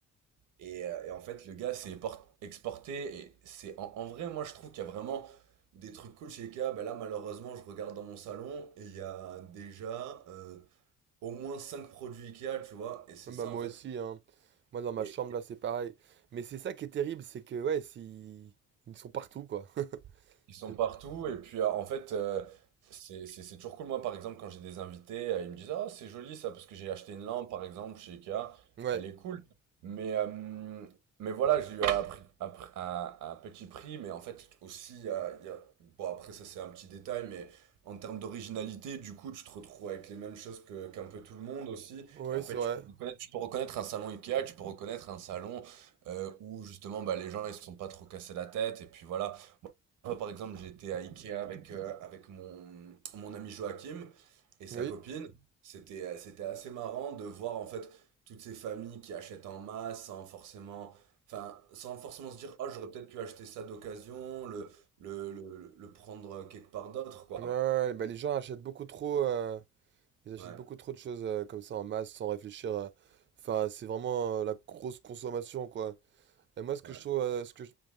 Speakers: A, on the right (about 80°); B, on the right (about 40°).
A: et, euh, et en fait, le gars s'est por- exporté. Et c'est en, en vrai, moi, je trouve qu'il y a vraiment des trucs cool chez IKEA. Ben là, malheureusement, je regarde dans mon salon et il y a déjà euh, au moins 5 produits IKEA, tu vois. Et c'est
B: Ouais,
A: ça,
B: Bah moi
A: en fait.
B: aussi, hein. Moi dans ma
A: et
B: chambre là, c'est pareil. Mais c'est ça qui est terrible, c'est que ouais, c'est- ils sont partout quoi. <laughs>
A: Ils sont
B: Et-
A: partout et puis euh, en fait euh, c'est c'est- c'est toujours cool moi par exemple quand j'ai des invités euh, ils me disent ah c'est joli ça parce que j'ai acheté une lampe par exemple chez Ikea
B: Ouais,
A: elle est cool mais euh, mais voilà j'ai eu à, prix- à pr- à- à petit prix mais en fait aussi il y a, il y a- bon après ça c'est un petit détail mais en termes d'originalité du coup tu te retrouves avec les mêmes choses que qu'un peu tout le monde aussi
B: ouais,
A: et en
B: c'est
A: fait
B: vrai.
A: tu peux reconnaître, tu peux reconnaître un salon Ikea tu peux reconnaître un salon euh, où justement bah, les gens ils se sont pas trop cassés la tête et puis voilà moi, par exemple, j'étais à Ikea avec, euh, avec mon, mon ami Joachim et sa
B: Oui.
A: copine. Mhm. C'était, euh, c'était assez marrant de voir en fait toutes ces familles qui achètent en masse sans forcément, enfin, sans forcément se dire, oh, j'aurais peut-être pu acheter ça d'occasion, le, le, le, le le prendre quelque part d'autre, quoi.
B: Ouais, ouais, ouais. Bah les gens achètent beaucoup trop, euh, ils achètent
A: Ouais,
B: beaucoup trop de choses euh, comme ça en masse sans réfléchir. à- Enfin, c'est vraiment euh, la grosse consommation quoi. Et moi, ce
A: ouais.
B: que je trouve, euh, ce que je-